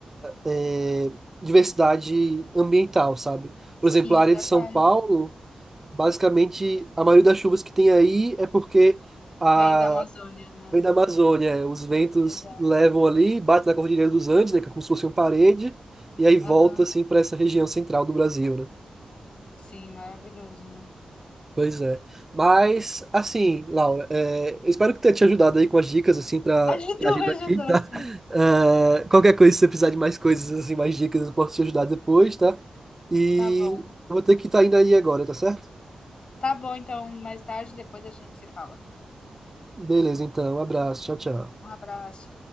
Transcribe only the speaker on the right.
eh, diversidade ambiental, sabe? Por
exemplo, a área
de São Paulo. Basicamente, a maioria das chuvas que tem aí é porque a...
vem da Amazônia. é, Os ventos
levam ali, bate na Cordilheira dos Andes, né, que é como se fosse uma parede, e aí volta
assim para essa região central do Brasil, né?
Pois é. Mas, assim, Laura, é, eu espero que tenha te ajudado aí com as dicas, assim, para
viagem
daqui, tá?
<laughs> É, qualquer coisa, se você precisar de mais coisas, assim, mais dicas, eu posso te ajudar depois, tá? E
eu vou ter que estar indo aí agora, tá certo?
Beleza, então. Um abraço. Tchau, tchau.